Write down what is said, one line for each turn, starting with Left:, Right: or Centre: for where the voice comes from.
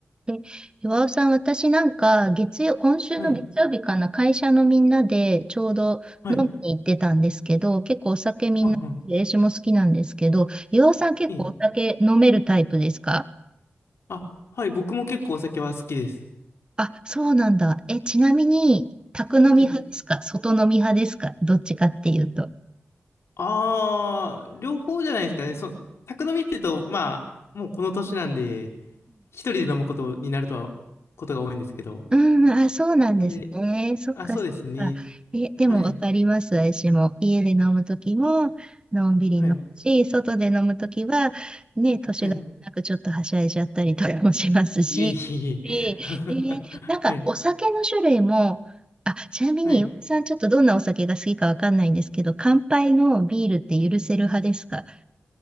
Right: で、岩尾さん、私なんか月曜、今週の月曜日かな、
Left: はい。
Right: 会社のみんなでちょうど飲みに行ってたんですけど、
Left: はい。はい。
Right: 結構お酒みんな、
Left: は
Right: 私も好きなんですけど、岩尾さん結構お酒飲めるタイプですか
Left: い。ええあ、はい。僕も結構お酒は好きです。
Right: あ、そうなんだ。え、ちなみに、宅飲み派ですか外飲み派ですかどっちかっていうと。
Left: はい。あー、両方じゃないですかね。そ、宅飲みっていうと、まあ、もうこの年なんで、一人で飲むことになると、ことが多いんですけど。
Right: うん、あ、そうなんですね。
Left: なんで、
Right: そっかそっか。
Left: あ、そうですね。
Right: え、でもわかります、
Left: はい。
Right: 私も。家で飲むときも、のんびり飲むし、
Left: はい。
Right: 外で飲むときは、ね、年がいなくちょっとはしゃいじゃったりとかもしますし。
Left: はい。いえいえいえ。
Right: <laughs> ええーなんかお酒の種類も、
Left: <laughs> はい。
Right: あ、ちなみに、
Left: はい。
Right: 岩尾さんちょっとどんなお酒が好きかわかんないんですけど、乾杯のビールって許せる派ですか